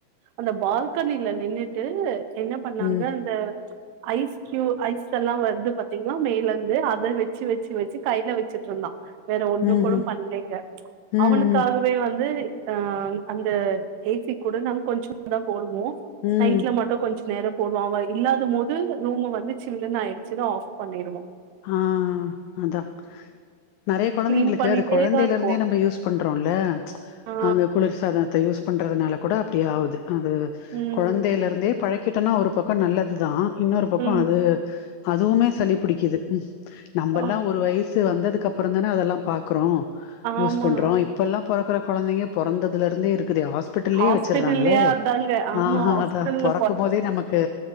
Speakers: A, on the right (about 85°); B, on the left (about 90°).
A: அந்த பால்கனில நின்னுட்டு என்ன பண்ணாங்க
B: ம்
A: அந்த ஐஸ் க்யூ ஐஸ் தெல்லாம் வருது பாத்தீங்கன்னா மேல இருந்து அத வச்சு வச்சு வச்சு கையில வச்சிட்டு இருந்தான் வேற ஒண்ணு
B: ம்
A: கூட
B: ம்
A: பண்லேங்க
B: ம்
A: அவனுக் க்காகவே
B: ம்
A: வந்து ஆஹ் அந்த ஏசி கூட நம் கொஞ்ச தான் போடுவோம் மோ
B: ம்
A: நைட்ல மட்டும் கொஞ்ச நேரம் போடுவான் அவ இல்லாத போது ரூம் வந்து சில்லுன்னு ஆயிச்சுதா ஆஃப் பண்ணிடுவோம்
B: ஆஹ் அதான் நெறைய குழந்தைங்களுக்கு
A: கிளீன் பண்ணிட்டேதா
B: அது குழந்தையில
A: இருக்கோ
B: இருந்தே நம்ம யூஸ் பண்றோம் ரோம்ல ப்ச்ச
A: ஆ
B: அந்த குளிர் சாதனத்த யூஸ் பண்றதுனால கூட அப்படி ஆவுது அது
A: ம்
B: கொழந்தையில இருந்தே பழக் கிட்டேனா ஒரு பக்கம் நல்லது தான் இன்னொரு பக்கம்
A: ம்
B: அது அதுவுமே சளி பிடிக்குது ம் நம்மல்லாம்
A: ஆ,
B: ஒரு வயசு வந்ததுக் கப்புறம் தானே அதெல்லாம் பாக்குறோம் யூஸ்
A: ஆமா
B: பண்றோம் இப்ப எல்லாம் பொறக்கற கொழந்தைங்க பொறந்ததுல இருந்தே இருக் க்குது ஹாஸ்பிடல்லே
A: ஹாஸ்பிட்டல்லயே
B: வச்சறாங்களே
A: அதாங்க ஆமா
B: ஆஹா
A: ஹாஸ்பிட்டல்ல
B: அதான் பொறக்கும் போதே நமக்கு